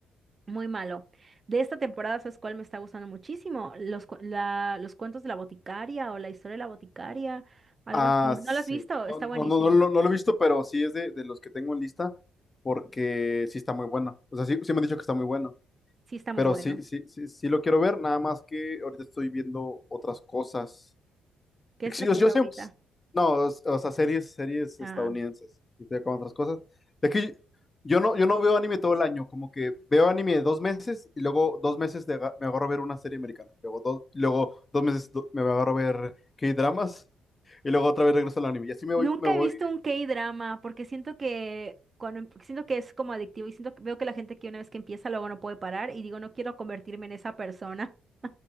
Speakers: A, on the right (about 30°); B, on the left (about 25°).
A: Muy malo. De esta temporada, ¿sabes cuál me está gustando muchísimo? Los, cu- la- los cuentos de la boticaria o la historia de la boticaria, algo
B: Ah,
A: así. ¿No
B: sí.
A: lo has visto?
B: No,
A: Está buenísimo.
B: no, no, no, lo no lo he visto, pero sí es de, de los que tengo en lista porque sí está muy bueno. O sea, sí, sí me han dicho que está muy bueno.
A: Sí, está muy
B: Pero
A: bueno.
B: sí, sí, sí, sí lo quiero ver, nada más que ahorita estoy viendo otras cosas.
A: ¿Qué estás
B: Sí, Yo,
A: viendo
B: yo siempre,
A: ahorita?
B: no, o, o sea, series, series
A: Ah,
B: estadounidenses, y estoy con otras cosas. Es que yo no, yo no veo anime todo el año, como que veo anime dos meses y luego dos meses de aga- me agarro a ver una serie americana, luego dos, luego dos meses do- me agarro a ver K-dramas y luego otra vez regreso al anime. Y así me
A: nunca
B: voy, me voy,
A: he visto un K-drama porque siento que cuando, em- siento que es como adictivo y siento que veo que la gente que una vez que empieza luego no puede parar y digo, no quiero convertirme en esa persona. <laughs>